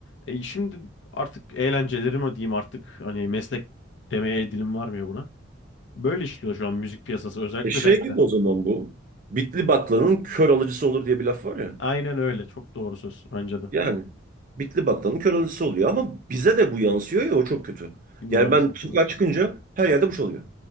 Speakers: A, on the left; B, on the right.
A: E, şimdi artık eğlenceleri mi diyeyim artık hani meslek demeye dilim varmıyor buna. Böyle işliyor şu an müzik piyasası özellikle
B: E şey
A: rapte.
B: gibi o zaman bu. Bitli baklanın kör alıcısı olur diye bir laf var ya.
A: Aynen öyle çok doğru söz bence de.
B: Yani bitli baklanın kör alıcısı oluyor ama bize de bu yansıyor ya o çok kötü.
A: Maalesef
B: Yani ben sokağa
A: evet.
B: çıkınca her yerde bu çalıyor.